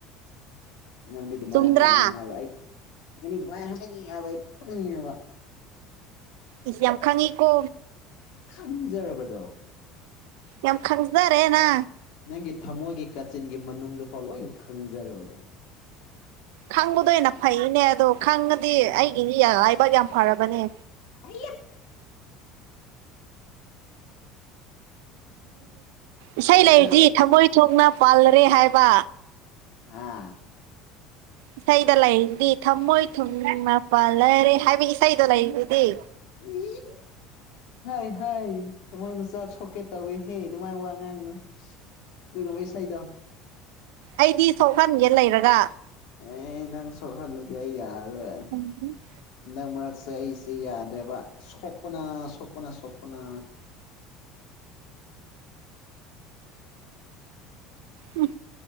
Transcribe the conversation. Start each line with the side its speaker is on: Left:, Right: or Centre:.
Left: ꯅꯪꯗꯤ ꯑꯗꯨꯃꯥꯏꯅ
Right: ꯆꯨꯝꯗ꯭ꯔꯥ
Left: ꯍꯥꯏꯅꯤ ꯍꯥꯏꯕ ꯑꯩ ꯅꯗꯤ ꯗꯨꯃꯥꯏ ꯍꯥꯏꯅꯤ ꯍꯥꯏꯕ ꯑꯩ ꯈꯪꯉꯦꯕ꯫
Right: ꯏꯁ ꯌꯥꯝ ꯈꯪꯉꯤꯀꯣ꯫
Left: ꯈꯪꯖꯔꯕꯗꯣ꯫
Right: ꯌꯥꯝ ꯈꯪꯖꯔꯦꯅꯥ꯫
Left: ꯅꯪꯒꯤ ꯊꯃꯣꯏꯒꯤ ꯀꯥꯆꯤꯟꯒꯤ ꯃꯅꯨꯡꯗꯐꯥꯎ ꯂꯣꯏ ꯈꯪꯖꯔꯕꯗꯣ꯫
Right: ꯈꯪꯕꯗꯣ ꯍꯦꯟꯅ ꯐꯩꯅꯦ ꯑꯗꯣ ꯈꯪꯉꯗꯤ
Left: ꯎꯝ
Right: ꯑꯩꯒꯤꯗꯤ ꯂꯥꯏꯕꯥꯛ ꯌꯥꯝ ꯐꯔꯕꯅꯦ꯫
Left: <unintelligible>
Right: ꯏꯁꯩ
Left: ꯑꯗ
Right: ꯂꯩꯔꯗꯤ ꯊꯃꯣꯏ ꯊꯣꯛꯅ ꯄꯥꯜꯂꯔꯦ ꯍꯥꯏꯕ꯫
Left: ꯍꯥꯥ
Right: ꯏꯁꯩꯗ ꯂꯩꯔꯤꯗꯨꯗꯤ ꯊꯝꯃꯣꯏ ꯊꯨꯝꯅ ꯃꯄꯜꯂꯔꯦ ꯍꯥꯏꯕ ꯏꯁꯩꯗꯣ ꯂꯩꯔꯤꯁꯤꯗꯤ꯫
Left: <unintelligible> ꯍꯥꯏ ꯍꯥꯏ ꯃꯣꯏ ꯃꯆꯥ ꯁꯣꯛꯀꯦ ꯇꯧꯋꯦ ꯍꯦ ꯑꯗꯨꯃꯥꯏꯅ ꯋꯥ ꯉꯥꯡꯅꯨ꯫ ꯑꯗꯨꯒꯨꯝꯕ ꯏꯁꯩꯗꯣ
Right: ꯑꯩꯗꯤ ꯁꯣꯛꯍꯟꯒꯦ ꯂꯩꯔꯒ꯫
Left: ꯑꯦ ꯅꯪ ꯁꯣꯛ ꯍꯜꯂꯗꯤ ꯑꯩ ꯌꯥꯔꯔꯣꯏ꯫
Right: <unintelligible>
Left: ꯍꯟꯗꯛ ꯃꯔꯛꯁꯦ ꯑꯩꯁꯦ ꯌꯥꯗ꯭ꯔꯦꯕ ꯁꯣꯛꯄꯅ ꯁꯣꯛꯄꯅ ꯁꯣꯛꯄꯅ꯫
Right: ꯎꯝ